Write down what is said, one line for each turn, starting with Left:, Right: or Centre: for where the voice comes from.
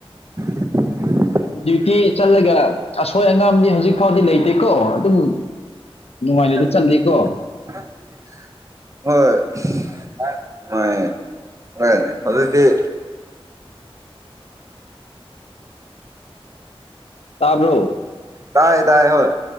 Right: <unintelligible>
Left: ꯗ꯭ꯌꯨꯇꯤ ꯆꯠꯂꯒ ꯑꯁꯣꯏ ꯑꯉꯥꯝꯗꯤ ꯍꯧꯖꯤꯛ ꯐꯥꯎꯗꯤ ꯂꯩꯇꯦꯀꯣ ꯑꯗꯨꯝ ꯅꯨꯡꯉꯥꯏꯅꯗꯤ
Right: ꯍ
Left: ꯆꯠꯂꯤꯀꯣ
Right: ꯃꯥꯏ ꯑꯗꯨꯗꯤ
Left: ꯇꯥꯕ꯭ꯔꯣ
Right: ꯇꯥꯏ ꯇꯥꯏ ꯍꯣꯏ